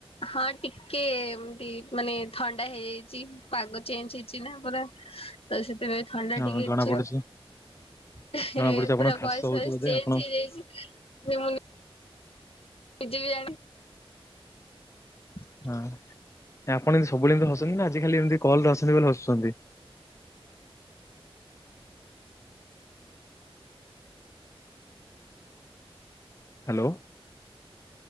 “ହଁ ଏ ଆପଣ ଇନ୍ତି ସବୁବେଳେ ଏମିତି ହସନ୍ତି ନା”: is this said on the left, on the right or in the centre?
Left